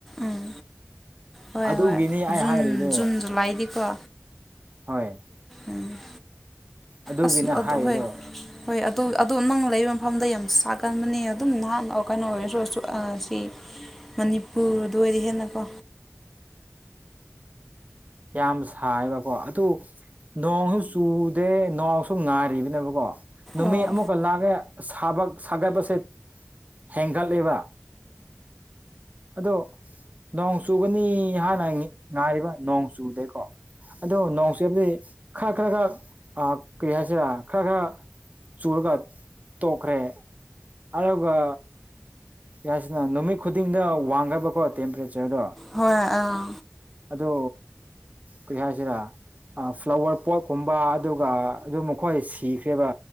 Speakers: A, in the centre; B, on the right.
A: ꯎꯝ ꯍꯣꯏ
B: ꯑꯗꯨꯒꯤꯅꯤ
A: ꯍꯣꯏ
B: ꯑꯩ
A: ꯖꯨꯟ
B: ꯍꯥꯏꯔꯤꯗꯣ
A: ꯖꯨꯟ ꯖꯨꯂꯥꯏꯗꯤꯀꯣ
B: ꯍꯣꯏ
A: ꯎꯝ
B: ꯑꯗꯨꯒꯤꯅ
A: ꯑꯁ ꯑꯗꯨ
B: ꯍꯥꯏꯔꯤꯗꯣ
A: ꯍꯣꯏ ꯍꯣꯏ ꯑꯗꯨ ꯑꯗꯨ ꯅꯪ ꯂꯩꯕ ꯃꯐꯝꯗ ꯌꯥꯝ ꯁꯥꯒꯟꯕꯅꯦ ꯑꯗꯨꯝ ꯅꯍꯥꯟ ꯀꯩꯅꯣ ꯑꯣꯏꯔꯁꯨ ꯑꯥ ꯁꯤ ꯃꯅꯤꯄꯨꯔꯗꯣ ꯑꯣꯏꯗꯤ ꯍꯦꯟꯅꯀꯣ
B: ꯌꯥꯝ ꯁꯥꯏꯑꯕꯀꯣ ꯑꯗꯨ ꯅꯣꯡꯁꯨ ꯆꯨꯗꯦ ꯅ‌ꯣꯡꯁꯨ ꯉꯥꯔꯤꯕꯅꯦꯕꯀꯣ ꯅꯨꯃꯤꯠ
A: ꯑꯣ
B: ꯑꯃꯨꯛ <unintelligible> ꯂꯥꯒꯦ ꯁꯥꯕ ꯁꯥꯒꯠꯄꯁꯦ ꯍꯦꯟꯒꯠꯂꯦꯕ ꯑꯗꯣ ꯅꯣꯡ ꯆꯨꯒꯅꯤ ꯍꯥꯏꯅ ꯉꯦ ꯉꯥꯏꯔꯤꯕ ꯅꯣꯡ ꯆꯨꯗꯦ ꯀꯣ ꯑꯗꯣ ꯅꯣꯡ ꯆꯨꯕꯗꯤ ꯈꯔ ꯈꯔ ꯈꯔ ꯑꯥ ꯀꯔꯤ ꯍꯥꯏꯁꯤꯔꯥ ꯈꯔ ꯈꯔ ꯆꯨꯔꯒ ꯇꯣꯛꯈ꯭ꯔꯦ ꯑꯗꯨꯒ ꯀꯔꯤ ꯍꯥꯏꯁꯤꯅ ꯅꯨꯃꯤꯠ ꯈꯨꯗꯤꯡꯗ ꯋꯥꯡꯒꯕꯀꯣ ꯇꯦꯝꯄꯔꯦꯆꯔꯗꯣ
A: ꯍꯣꯏ ꯑꯥ
B: ꯑꯗꯣ ꯀꯔꯤ ꯍꯥꯏꯁꯤꯔꯥ ꯑꯥ ꯐ꯭ꯂꯥꯋꯔ ꯄꯣꯠꯀꯨꯝꯕ ꯑꯗꯨꯒ ꯑꯗꯨꯝ ꯃꯈꯣꯏ ꯁꯤꯈ꯭ꯔꯦꯕ